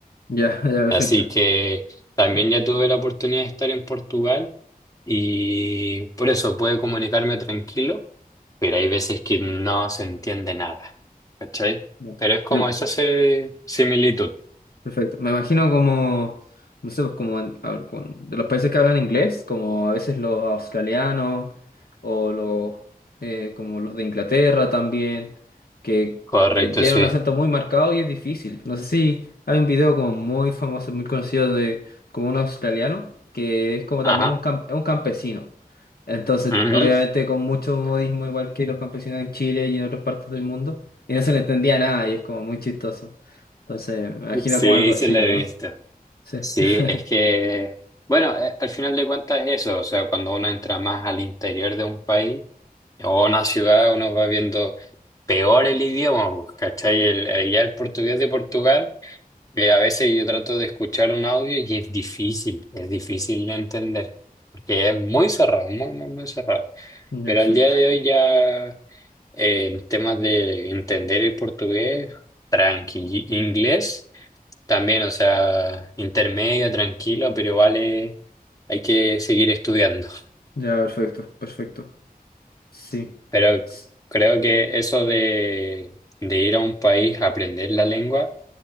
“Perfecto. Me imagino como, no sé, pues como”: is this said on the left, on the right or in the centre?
Left